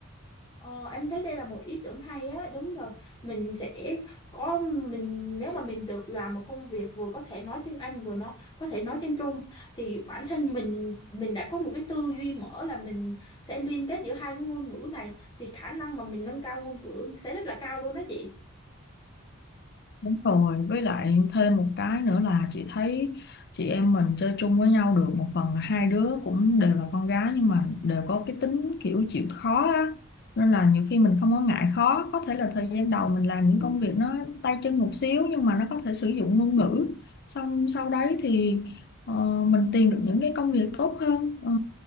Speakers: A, on the left (about 20°); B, on the left (about 50°).
A: Ờ, em thấy đây là một ý tưởng hay á, đúng rồi. Mình sẽ có mình nếu mà mình được làm một công việc vừa có thể nói tiếng Anh vừa nó có thể nói tiếng Trung thì bản thân mình mình đã có một cái tư duy mở là mình sẽ liên kết giữa hai cái ngôn ngữ này thì khả năng mà mình nâng cao ngôn ngữ sẽ rất là cao luôn đó chị.
B: Đúng rồi, với lại thêm một cái nữa là chị thấy chị em mình chơi chung với nhau được một phần là hai đứa cũng đều là con gái nhưng mà đều có cái tính kiểu chịu khó á. Nên là nhiều khi mình không có ngại khó, có thể là thời gian đầu mình làm những công việc nó tay chân một xíu nhưng mà nó có thể sử dụng ngôn ngữ. Xong sau đấy thì ờ, mình tìm được những cái công việc tốt hơn. Ờ,